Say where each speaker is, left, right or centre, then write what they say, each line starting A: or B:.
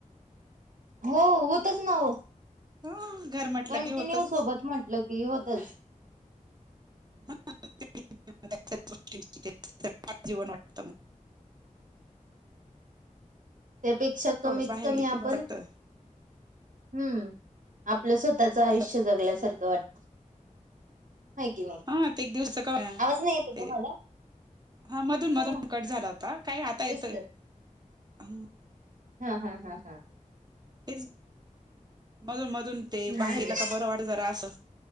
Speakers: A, on the right; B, on the right.
A: हो होतंच ना हो.
B: हं घर म्हटलं
A: कंटिन्यू
B: की होतच त्याच
A: सोबत म्हटलं की होतंच.
B: <unintelligible> <unintelligible> जीवन वाटत मग.
A: त्यापेक्षा कमीत
B: थोडस बाहेर
A: कमी
B: गेलं
A: आपण.
B: की बरं
A: हम्म. आपलं स्वतःच
B: वाटत
A: आयुष्य जगल्यासारखं वाटत. हाय की नाही.
B: हा ते एक दिवसाचं क
A: आवाज नाही येत
B: ते
A: तुम्हाला?
B: हा मधून
A: हा
B: मधून कट झाला होता. काय आता येतोय.
A: तेच तर
B: हम्म.
A: हा हा हा हा.
B: हेच मधूनमधून ते
A: हम्म.
B: बाहेरला का बरं वाटत जरा असं.